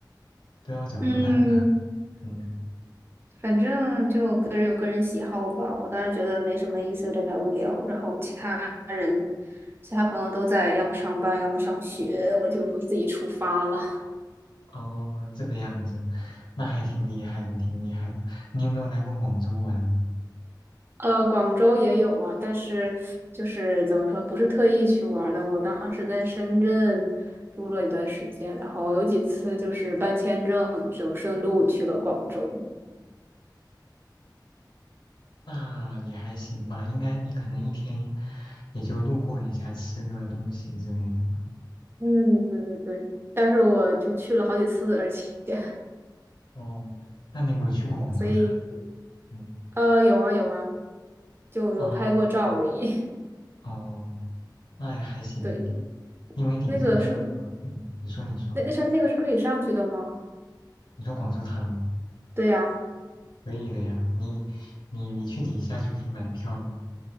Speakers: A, on the left; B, on the right.
A: 都要找个伴了。
B: 嗯，
A: 嗯，
B: 反正就个人有个人喜好吧。我当时觉得没什么意思，有点儿无聊。然后其他人、其他朋友都在要么上班，要么上学，我就自己出发了。
A: 哦，这个样子，那还挺厉害的，挺厉害的。你有没有来过广州玩呢？
B: 呃，广州也有啊，但是就是怎么说，不是特意去玩儿的。我当时在深圳住了一段时间，然后有几次就是办签证，就顺路去了广州。
A: 那也还行吧，应该你可能一天也就路过一下，吃个东西之类的吧。
B: 嗯，对对对，但是我就去了好几次，而且 <laughs>
A: 哦，那你有没有去过广州塔？
B: 所以
A: 嗯，
B: 呃，有啊有啊，就有拍过照而已。
A: 哦哦，那也还行，
B: <laughs> 对，
A: 因为顶上还有个，
B: 那个是
A: 嗯，你说你说
B: 那那上那个是可以上去的吗？
A: 你说广州塔吗？
B: 对呀、
A: 可以的呀，你你你去底下就可以买票了。